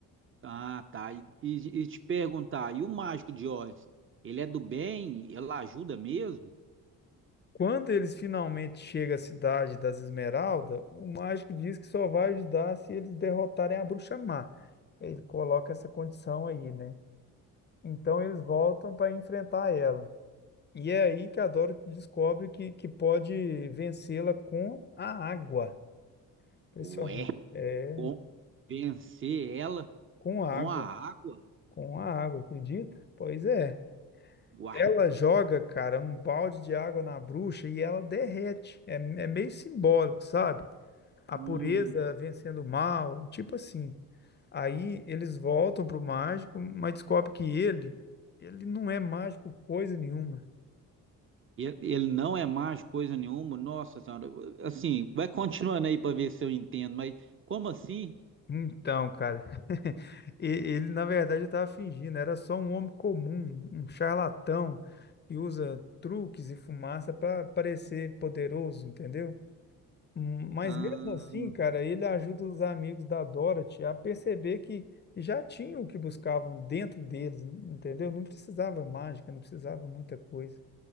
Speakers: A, on the right; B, on the left.
A: Ah, tá. E, e- e te perguntar, e o mágico de Oz? Ele é do bem? Ela ajuda mesmo?
B: Quando eles finalmente chegam à cidade das Esmeraldas, o mágico diz que só vai ajudar se eles derrotarem a bruxa má. Ele coloca essa condição aí, né? Então eles voltam para enfrentar ela. E é aí que a Dorothy descobre que, que pode vencê-la com a água. Impressionante.
A: Ué,
B: É,
A: com- vencer ela
B: com a
A: com
B: água.
A: a água?
B: Com a água, acredita? Pois é.
A: Uai.
B: Ela joga, cara, um balde de água na bruxa e ela derrete. É, é meio simbólico, sabe? A
A: Hum,
B: pureza vencendo o mal, tipo assim. Aí eles voltam pro mágico, mas descobre que ele, ele não é mágico coisa nenhuma.
A: ele, ele não é mágico coisa nenhuma? Nossa Senhora. Assim, vai continuando aí para ver se eu entendo, mas como assim?
B: Então, cara, <laughs> e- ele na verdade estava fingindo, era só um homem comum, um charlatão que usa truques e fumaça para parecer poderoso, entendeu? Hum, Mas
A: Ah,
B: mesmo assim, cara, ele ajuda os amigos da Dorothy a perceber que que já tinham o que buscavam dentro deles, entendeu? Não precisava mágica, não precisava muita coisa.